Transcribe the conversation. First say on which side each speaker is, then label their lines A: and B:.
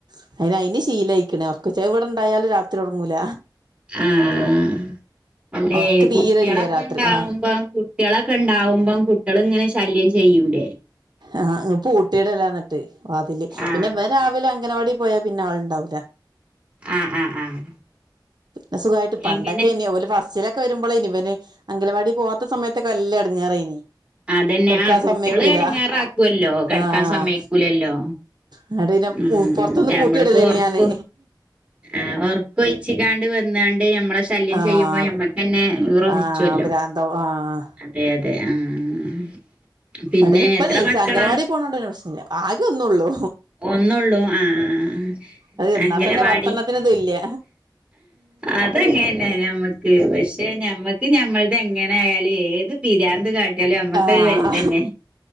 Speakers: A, on the right; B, on the right.
A: <unintelligible> അയിന് ശീലഴിക്ണ് ഒർക്കൊയിച്ച് അത് ഇവിടെണ്ടായാലും രാത്രി ഒറങ്ങൂല.
B: ആഹ് അല്ലേ
A: ഒർക്ക് തീരെ
B: കുട്ട്യളക്കെ
A: ഇല്ല രാത്രി
B: ഇണ്ടാവുമ്പം
A: ആഹ്
B: കു ട്ട്യളക്കെ ണ്ടാവുമ്പം കുട്ട്യള് ഇങ്ങനെ ശല്യം ചെയ്യൂലെ?
A: ആഹ് പൂട്ടിടലാ ന്ന്ട്ട് വാതില്
B: ആഹ്
A: പിന്നെ ഇവൻ രാവിലെ അംഗനവാടി പോയാ പിന്നെ ആള്ണ്ടാവൂല.
B: ആഹ് ആഹ് ആഹ്
A: അസുഖായിട്ട് പണ്ടൊക്കെ
B: എങ്ങനെ
A: നി ഓല് ബസ് ച്ചലക്കെ വരുമ്പളേനി ഇവന് അംഗലവാടി പോവാത്ത സമയത്തൊക്കെ നല്ല എടങ്ങേറേനി.
B: അതന്നെ
A: കെടക്കാൻ
B: ആഹ് കുട്ട്യള്
A: സമ്മയ്ക്കൂല
B: എടങ്ങാറ ആക്കല്ലോ കെട്ക്കാൻ
A: ആഹ്
B: സമ്മയ്ക്കൂലല്ലോ.
A: എന്നിട്ട് പിന്നെ
B: ആഹ്
A: പൊറത്തൊന്ന്
B: ഞമ്മള്പ്പോ
A: പൂട്ടിയിടലേനി
B: ഒർക്കു
A: ഞാന്
B: ആഹ് ഒർ കൊഴിച്ചിക്കാണ്ട് വന്നാണ്ട് നമ്മളെ ഇഷ് ശല്യം
A: ആഹ്
B: ചെയ്യുമ്പോ ഞമ്മക്കെന്നെ ഈറ
A: ആഹ്
B: പുട്ച്ചൊല്ലോ.
A: ഭ്രാന്താവും ആഹ്
B: അതെ അതെ ആഹ് പിന്നെ
A: എന്നിട്ട് ഇപ്പ
B: എത്ര
A: നൈസാ
B: മക്കളാ?
A: <unintelligible> പ്രശ്നല്ല ആകെ ഒന്നള്ളൂ.
B: ഒന്നള്ളൂ ആഹ്
A: അത് എന്നാ
B: അംഗലവാടി
A: തന്നെ പത്തെണ്ണത്തിന് തുല്യ
B: അതങ്ങന്നെ ഞമ്മക്ക് പക്ഷെ ഞമ്മ ഞമ്മള്ത് എങ്ങനെ ആയാലും ഏത് പിരാന്ത് കാട്ടിയാലും നമ്മക്കഹ്
A: ആഹ്
B: വെൽതന്നെ.